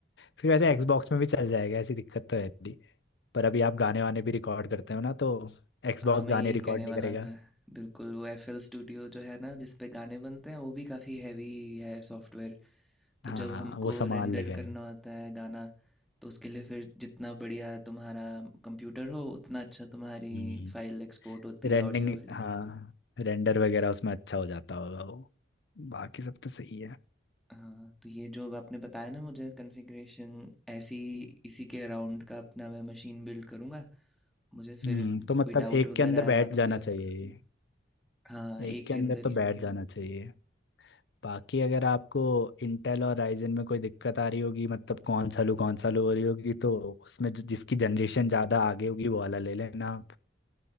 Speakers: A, on the left; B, in the centre.
A: फिर वैसे
B: आ,
A: एक्सबॉक्स में भी चल जाएगा ऐसी दिक्कत तो है नहीं पर अभी आप गाने वाने भी रिकॉर्ड करते हो ना तो एक्सबॉक्स
B: हाँ मैं
A: गाने
B: यही
A: रिकॉर्ड
B: कहने
A: नहीं
B: वाला
A: करेगा
B: था बिल्कुल वो एफ एल स्टूडियो जो है ना जिस पे गाने बनते हैं वो भी काफ़ी हैवी है सॉफ्टवेयर तो
A: हाँ
B: जब हमको
A: वो संभाल
B: रेंडर
A: लेगा ये
B: करना होता है गाना तो उसके लिए फिर जितना बढ़िया तुम्हारा कंप्यूटर हो उतना अच्छा तुम्हारी
A: हम्म
B: फाइल एक्सपोर्ट होती
A: रेंडिंग
B: है ऑडियो वाली
A: हाँ रेंडर वगैरह उसमें अच्छा हो जाता होगा वो बाकी सब तो सही है
B: हाँ तो ये जो अब आपने बताया ना मुझे कॉन्फ़िगरेशन ऐसी इसी के अराउंड का अपना मैं मशीन बिल्ड करूँगा मुझे फिर
A: हम्म तो मतलब
B: कोई डाउट
A: एक
B: वगैरह
A: के अंदर
B: है
A: बैठ
B: आपको
A: जाना
B: याद
A: चाहिए
B: करना
A: ये
B: हाँ
A: एक
B: एक
A: के
B: के
A: अंदर
B: अंदर
A: तो
B: ही
A: बैठ
B: हो
A: जाना चाहिए बाकी अगर आपको इंटेल और राइजन में कोई दिक्कत आ रही होगी मतलब कौन सा लूँ कौन सा लूँ हो रही होगी तो उसमें जो- जिसकी जनरेशन ज़्यादा आगे होगी वो वाला ले लेना